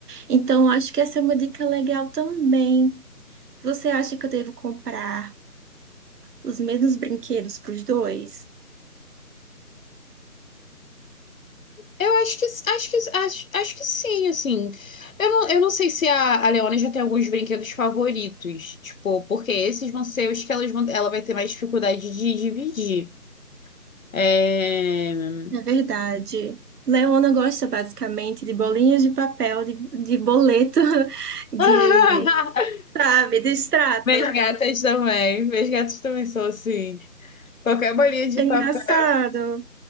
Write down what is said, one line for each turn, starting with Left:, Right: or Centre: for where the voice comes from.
Right: Então, eu acho que essa é uma dica legal também. Você acha que eu devo comprar os mesmos brinquedos para os dois?
Left: Eu acho que, acho que, acho, acho que sim, assim. Eu não, eu não sei se a, a Leona já tem alguns brinquedos favoritos, tipo, porque esses vão ser os que elas vão, ela vai ter mais dificuldade de dividir. É...
Right: É verdade. Leona gosta basicamente de bolinhas de papel, de, de boleto, <laughs> de,
Left: <laughs>
Right: sabe, de extrato.
Left: Meus gatas também, meus gatos também são assim. Qualquer bolinha de
Right: É engraçado.
Left: papel.